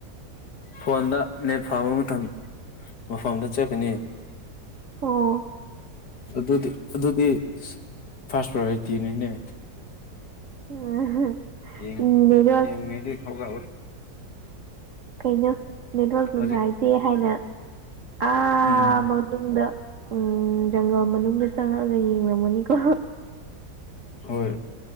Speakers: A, on the left; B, on the right.
A: ꯐꯣꯟꯗ ꯅꯦꯠ ꯐꯥꯕ ꯑꯃ ꯊꯝꯏ ꯃꯐꯝꯗ ꯆꯠꯀꯅꯤꯗꯤ
B: ꯑꯣ
A: ꯑꯗꯨꯗꯤ ꯑꯗꯨꯗꯤ ꯐꯥꯁ ꯄ꯭ꯔꯇꯅꯤꯅꯦ
B: ꯎꯝ
A: ꯌꯦ
B: ꯅꯦꯠꯋꯥꯛ
A: ꯌꯦ ꯉꯗꯤ ꯍꯒ
B: ꯀꯩꯩꯅ ꯅꯦꯠꯋꯥꯔꯛ ꯅꯨꯡꯉꯥꯏꯇꯦ
A: ꯍꯧꯖꯤꯛ
B: ꯍꯥꯏꯅ ꯑꯥ
A: ꯎꯝ
B: ꯃꯅꯨꯡꯗ ꯎꯝ ꯎꯝ ꯖꯪꯒꯜ ꯃꯅꯨꯡꯗ ꯆꯪꯉꯛꯑꯒ ꯌꯦꯡꯝꯒꯅꯤꯀꯣ
A: ꯍꯣꯏ